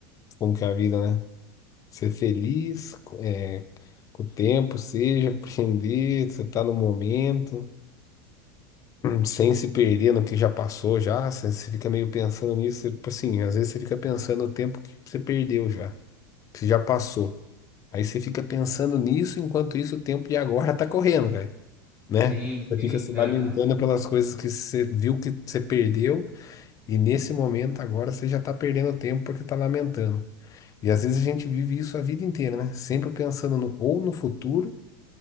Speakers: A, on the left; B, on the right.
A: Como que é a vida, né? Ser feliz. é, Com o tempo, seja, aprender, você tá no momento, sem se perder no que já passou já, você, você fica meio pensando nisso, você, tipo assim, às vezes você fica pensando no tempo que você perdeu já, que já passou. Aí você fica pensando nisso, enquanto isso o tempo de agora tá correndo, velho, né?
B: Sim, sim,
A: Você fica se lamentando
B: aham.
A: pelas coisas que você viu que você perdeu, e nesse momento agora você já tá perdendo tempo porque tá lamentando. E às vezes a gente vive isso a vida inteira, né? Sempre pensando no, ou no futuro,